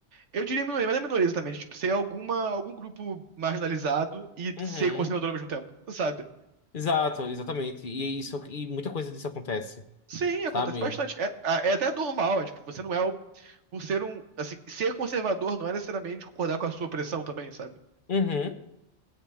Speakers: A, on the right; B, on the left.
A: Eu diria minoria, mas não é minoria exatamente. Tipo, ser alguma, algum grupo marginalizado e
B: Uhum.
A: ser conservador ao mesmo tempo, sabe?
B: Exato, exatamente. E isso, e muita coisa disso acontece,
A: Sim, acontece
B: sabe?
A: bastante. É, a- é até normal, é tipo, você não é o. Por ser um. Assim, ser conservador não é necessariamente concordar com a sua opressão também, sabe?
B: Uhum.